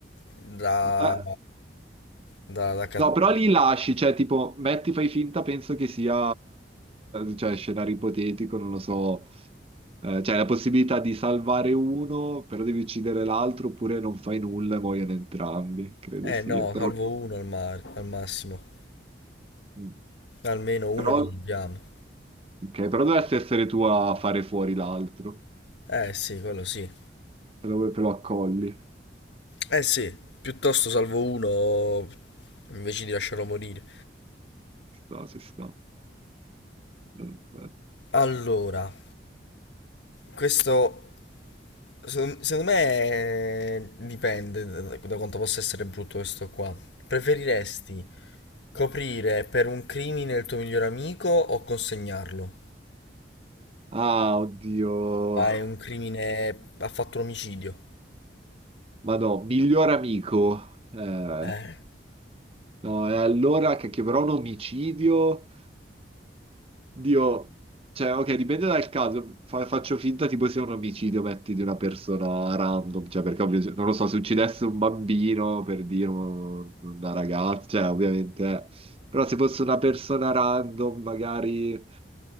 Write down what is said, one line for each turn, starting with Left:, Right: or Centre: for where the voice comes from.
Left: da,
Right: Ma-
Left: da, da cat-
Right: No, però li lasci, cioè tipo, metti, fai finta, penso che sia, cioè, scenario ipotetico, non lo so, eh, cioè la possibilità di salvare uno, però devi uccidere l'altro, oppure non fai nulla e muoiono entrambi, credo
Left: Eh
Right: sia.
Left: no,
Right: Però,
Left: salvo uno al, ma- al massimo.
Right: mm,
Left: Almeno uno
Right: però,
Left: lo salviamo.
Right: ok, però dovresti essere tu a fare fuori l'altro,
Left: Eh sì, quello sì.
Right: se lo, te lo accolli.
Left: Eh sì, piuttosto salvo uno invece di lasciarlo morire.
Right: Ci sta, ci sta. Aspetta.
Left: Allora, questo secondo, secondo me eh, dipende da, da quanto possa essere brutto questo qua. Preferiresti coprire per un crimine il tuo miglior amico o consegnarlo?
Right: Ah, oddio.
Left: Ah,
Right: No,
Left: è un crimine. Ha fatto un omicidio.
Right: Ma no, miglior amico. Eh.
Left: Eh,
Right: No, e allora che però un omicidio, Dio, cioè, ok, dipende dal caso, Fa- faccio finta tipo sia un omicidio, metti, di una persona random, cioè, perché ovvio- non lo so, se uccidesse un bambino, per dire, un- una ragazza, cioè, ovviamente, però se fosse una persona random, magari,